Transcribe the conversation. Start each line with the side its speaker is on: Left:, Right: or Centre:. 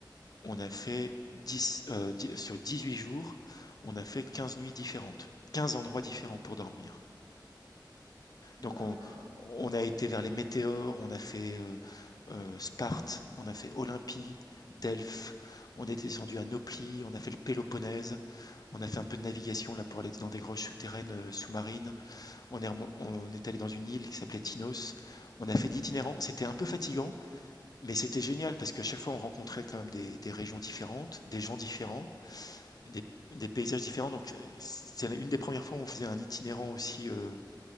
Left: On a fait 10, euh, 10 sur 18 jours, on a fait 15 nuits différentes, 15 endroits différents pour dormir. Donc
Right: D'accord.
Left: on, on a été vers les météores, on a fait euh, euh, Sparte, on a fait Olympie, Delphes, on est descendu à Nauplie, on a fait le Péloponnèse, on a fait un peu de navigation là pour aller dans des grottes souterraines euh, sous-marines, on est, remo- on est allé dans une île qui s'appelait Tinos, on a fait de l'itinérant, c'était un peu
Right: Mhm,
Left: fatigant,
Right: mhm.
Left: mais c'était génial parce qu'à chaque fois on rencontrait quand même des, des régions différentes, des gens différents, des, des paysages différents, donc euh, c'est une des premières fois où on faisait un itinérant aussi. euh,